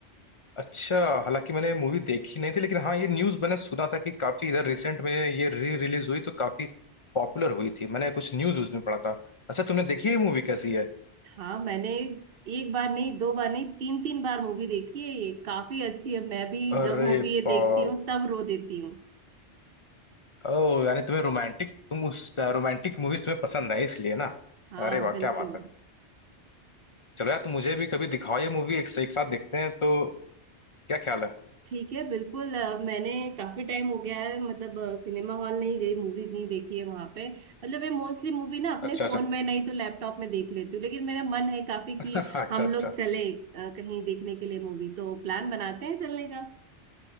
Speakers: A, on the left; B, on the right.
A: अच्छा हालांकि मैंने ये मूवी देखी नहीं थी लेकिन हाँ ये न्यूज मैंने सुना था कि काफी इधर रिसेंट में ये री रिलीज हुई तो काफी पॉपुलर हुई थी मैंने कुछ न्यूज उसमें पढ़ा था अच्छा तुमने देखी है मूवी कैसी है
B: हाँ मैंने एक बार नहीं दो बार नहीं तीन तीन बार मूवी देखी है ये काफी अच्छी है मैं भी
A: अरे
B: जब मूवी ये
A: बाप
B: देखती हूँ तब रो देती हूँ
A: ओह यानी तुम्हें रोमांटिक तुम उस रोमांटिक मूवीज तुम्हें पसंद है इसलिए ना
B: हाँ
A: अरे वाह
B: बिल्कुल
A: क्या बात है चलो यार तुम मुझे भी कभी दिखाओ ये मूवी एक, एक साथ देखते हैं तो क्या ख्याल है
B: ठीक है बिल्कुल अ, मैंने काफी टाइम हो गया है मतलब अ, सिनेमा हॉल नहीं गई मूवी नहीं देखी है वहां पे मतलब मैं मोस्टली मूवी ना अपने
A: अच्छा
B: फोन
A: अच्छा
B: में नहीं तो लैपटॉप में देख लेती हूँ लेकिन मेरा मन है काफी
A: <laughs>
B: कि
A: अच्छा
B: हम
A: अच्छा
B: लोग चले अ, कहीं देखने के लिए मूवी तो प्लान बनाते हैं चलने का